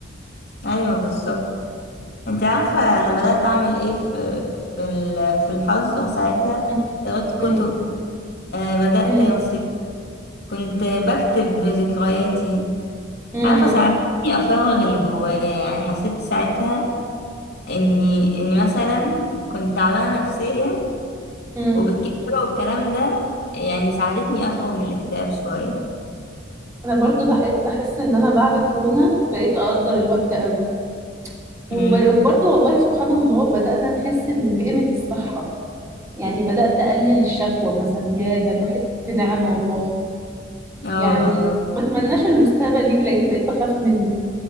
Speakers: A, on the left (about 60°); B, on the right (about 15°).
A: أيوه بالظبط أنت عارفة أنا بدأت أعمل إيه في في ال- في الحظ ساعتها
B: م-
A: قريت
B: م-
A: كتب آه، بدأت
B: م-
A: أرسم كنت بكتب ذكرياتي
B: م-
A: عارفة ساعدتني أفرغ اللي جوايا يعني حسيت ساعتها إني إني مثلا كنت تعبانة نفسيا
B: م.
A: وبالكتابة والكلام ده يعني ساعدتني أخرج من الاكتئاب شوية
B: أنا برضو بحس بحس إن أنا بعد كورونا بقيت أقدر الوقت قوي وب-
A: امم
B: وبرضو والله سبحان الله بدأنا نحس إن بقيمة الصحة يعني بدأت أقلل الشكوى مثلا يا ده الواحد في نعمة والله
A: اه
B: يعني
A: والله
B: ما اتمناش المستقبل يجي لأن بقيت بخاف منه